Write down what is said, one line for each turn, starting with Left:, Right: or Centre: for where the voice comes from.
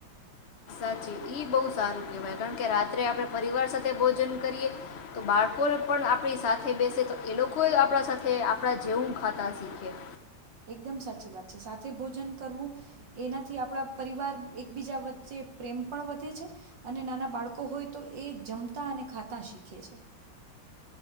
Left: <unintelligible> ઈ બહું સારું કેવાય કારણ કે રાત્રે આપણે પરિવાર સાથે ભોજન કરીએ તો બાળકોને પણ આપણી સાથે બેસે તો એ લોકો એ આપણા સાથે આપડા જેવું ખાતા શીખીએ.
Right: એકદમ સાચી વાત છે, સાથે ભોજન કરવું એનાથી આપણા પરિવાર એકબીજા વચ્ચે પ્રેમ પણ વધે છે, અને નાના બાળકો હોય તો એ જમતા અને ખાતા શીખે છે.